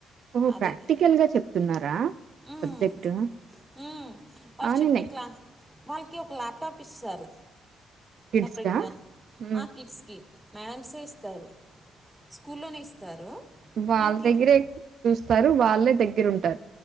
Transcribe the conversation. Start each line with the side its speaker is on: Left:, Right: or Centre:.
Right: ఓహో
Centre: అది
Right: ప్రాక్టికల్గా చెప్తున్నారా
Centre: మ్మ్.
Right: సబ్జెక్టు
Centre: మ్మ్. వాళ్ళు
Right: ఆ
Centre: చెప్పే
Right: నినే
Centre: క్లా వాళ్ళకి ఒక ల్యాప్టాప్ ఇస్తరు.
Right: కిడ్స్
Centre: సపరేట్గా
Right: కా ఉమ్
Centre: ఆ కిట్స్ కి మేడమ్సే ఇస్తారు స్కూల్లోనే ఇస్తారు.
Right: వాళ్ళ
Centre: మనకి
Right: దగ్గరే చూస్తారు వాళ్ళే దగ్ దగ్గర ఉంటారు